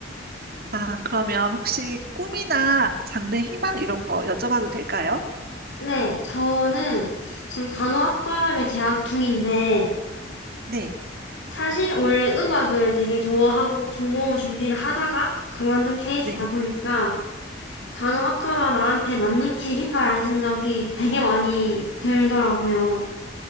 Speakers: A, on the right; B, on the left.
A: 아, 그러면 혹시 꿈이나 장래 희망 이런 거 여쭤봐도 될까요?
B: 네, 저는 지금 간호학과를 재학 중인데
A: 네,
B: 사실 원래 음악을 되게 좋아하고 전공을 준비를 하다가 그만둔 케이스다
A: 네.
B: 보니까 간호학과가 나한테 맞는 길인가라는 생각이 되게 많이 들더라고요.